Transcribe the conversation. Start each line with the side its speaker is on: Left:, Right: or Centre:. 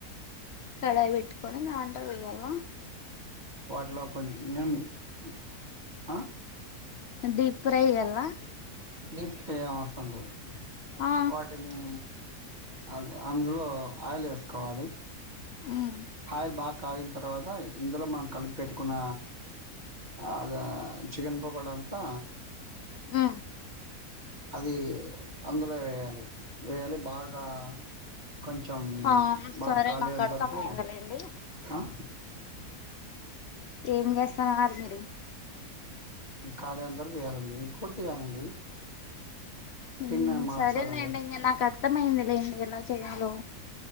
Left: కడాయి పెట్టుకొని దాంటో వేయాలా
Right: వాటిలో కొన్ <unintelligible> ఆ
Left: డీప్ ఫ్రై ఎయ్యాల్నా
Right: డీప్ ఫ్రై అవసరం లేదు
Left: ఆ
Right: వాటిని అ అందులో ఆయిల్ ఏసుకోవాలి
Left: ఉమ్
Right: ఆయిల్ బాగా కాగిన తర్వాత ఇందులో మనం కలిపి పెట్టుకున్న అదె చికెన్ పకోడా అంతా
Left: మ్మ్
Right: అది అందులో వేయాలి వేయాలి బాగా కొంచెం
Left: ఆ
Right: బాగా
Left: సరే
Right: కాలే
Left: నాకు
Right: అంతవరకు
Left: అర్థమయిందిలేండి
Right: ఆ
Left: ఏమి చేస్తాన్నారు మీరు
Right: కాలేంతవరకు వేయాలండి పూర్తిగానండి
Left: హమ్
Right: టింగ్ అని మార్చాలండి
Left: సరేలేండి ఇంక నాకు అర్థమయిందిలేండి ఎలా చెయ్యాలో